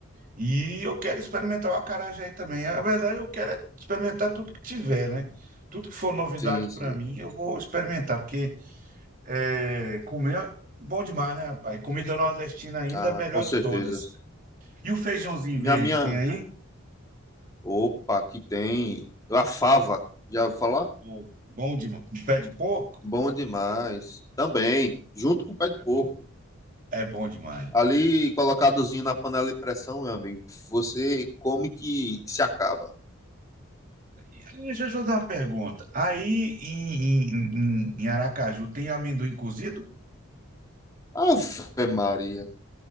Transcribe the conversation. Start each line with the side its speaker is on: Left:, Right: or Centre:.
Right: E eu quero experimentar o acarajé aí também. Na verdade, eu quero é experimentar tudo que tiver, né? Tudo que for novidade
Left: Sim, sim.
Right: para mim, eu vou experimentar, porque é, comer é bom demais, né, rapaz? Comida nordestina ainda
Left: Ah,
Right: é a melhor
Left: com certeza.
Right: de todas. E o feijãozinho
Left: Minha
Right: verde,
Left: minha
Right: tem aí?
Left: Opa, que tem a fava, já vou falar?
Right: Bom, bom demais. Com Pé de porco?
Left: Bom demais. Também, junto com o pé de
Right: É
Left: porco.
Right: bom. É bom demais.
Left: Ali, colocadozinho na panela de pressão, meu amigo, você come que se acaba.
Right: E, aí, Deixa eu te fazer uma pergunta. Aí em, em, em, em Aracaju tem amendoim cozido?
Left: Ave Maria.